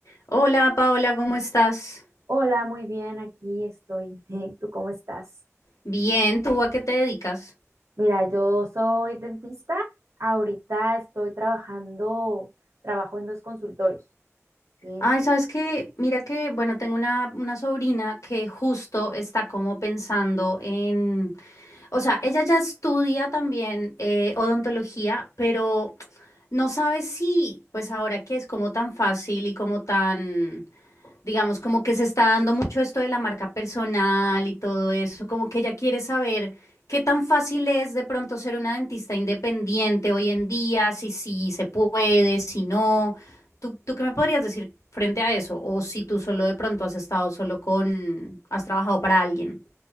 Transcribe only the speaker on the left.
Hola Paola, ¿cómo estás?
Bien, ¿tú a qué te dedicas?
Ay, sabes que, mira que, bueno, tengo una, una sobrina que justo está como pensando en, o sea, ella ya estudia también eh, odontología, pero no sabe si, pues ahora que es como tan fácil y como tan... digamos, como que se está dando mucho esto de la marca personal y todo eso, como que ella quiere saber qué tan fácil es de pronto ser una dentista independiente hoy en día, si sí se puede, si no. ¿Tú, tú qué me podrías decir frente a eso? O si tú solo de pronto has estado solo con, has trabajado para alguien.